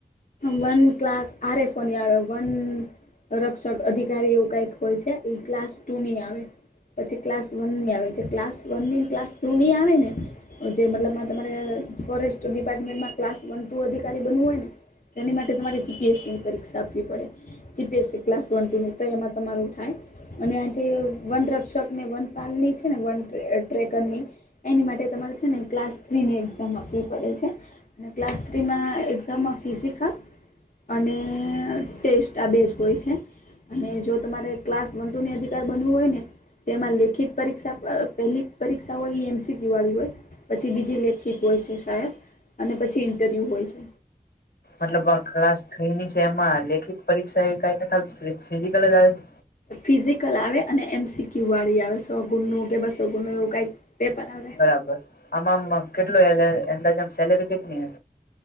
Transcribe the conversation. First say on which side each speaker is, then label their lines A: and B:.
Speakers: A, on the left; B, on the left.
A: વન ક્લાસ આરે ફોન આવે વન. રક્ષક અધિકારી એવું કઈક હોય છે એ ક્લાસ ટુ ની આવે. પછી ક્લાસ વન ની આવે જે ક્લાસ વન ની ક્લાસ ટુ ની આવે ને જે મતલબ તમારે ફોરેસ્ટ ડિપાર્ટમેન્ટમાં ક્લાસ વન ટુ અધિકારી બનવું હોય ને. તેની માટે તમારે જીપીએસસીની પરીક્ષા આપવી પડે. જીપીએસસી ક્લાસ વન ટુની તો એમાં તમારું થાય. અને આજે વન રક્ષક ને વન પાલણી છે ને વન ટ્રેકર ની એની માટે તમારે છે ને ક્લાસ થ્રીની એક્ઝામ આપવી પડે છે. અને ક્લાસ થ્રીમાં એક્ઝામમાં ફિઝિક અને ટેસ્ટ આ બેસ્ટ હોય છે. અને જો તમારે ક્લાસ વન ટુને અધિકાર બનવું હોય ને તેમાં લેખિત પરીક્ષા <unintelligible> પહેલી પરીક્ષા હોય એ એમસીટી્યુ આવી જાય. પછી બીજી લેખિત હોય છે શાયદ અને પછી ઇન્ટરવ્યુ હોય છે.
B: મતલબ આ ક્લાસ થઈની છે એમાં લેખિત પરીક્ષા એવી કઈ ફિઝિકલ જ આવે.
A: ફિઝિકલ આવે અને એમસીક્યુ વાળી આવે સો ગુણ નું કે બસો ગુણ નું એવું કઈક પેપર આવે.
B: બરાબર આમ કેટલો એ અંદાજમાં સેલેરી કેટલી.